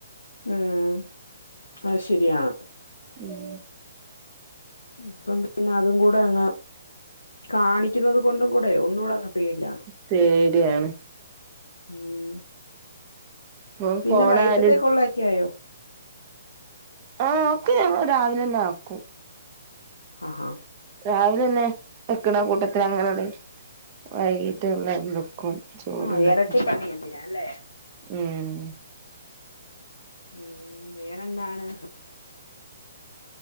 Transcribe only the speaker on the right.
ഉം
പേടിയാണ്.
ഇപ്പൊ
ഫോണാരും
ആഹ് ഒക്കെ ഞാൻ രാവിലെന്നെ ആക്കും.
രാവിലെന്നെ വെക്ക്ണ കൂട്ടത്തിലങ്ങനട് വൈകീട്ട്ള്ളതും വെക്കും. ചോറുണ്ടാക്കാൻ
ഉം